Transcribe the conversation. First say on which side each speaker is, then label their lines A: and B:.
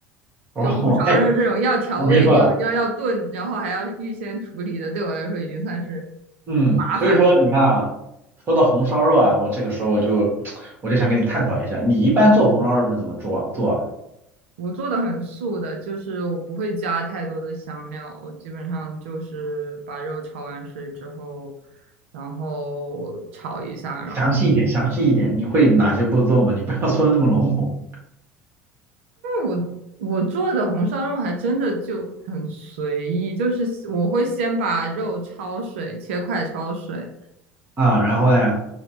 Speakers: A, on the right (about 35°); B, on the right (about 65°).
A: <laughs> 哦，
B: 就红烧肉这种要调味、
A: 哎，我跟你说啊，
B: 明要白要要炖，然后还要预先处理的，对我来说已经算是
A: 嗯，
B: 麻烦了。
A: 所以说你看啊，说到红烧肉啊，我这个时候我就 <tsk> 我就想跟你探讨一下，你一般做红烧肉是怎么做啊？做啊？
B: 我做的很素的，就是我不会加太多的香料，我基本上就是把肉焯完水之后，然后炒一下，然后。
A: 详细一点，详细一点，你会哪些步骤吗？你不要 <laughs> 说的那么笼统
B: 我我做的红烧肉还真的就很随意，就是我会先把肉焯水，切块焯水，
A: 啊。然后呢，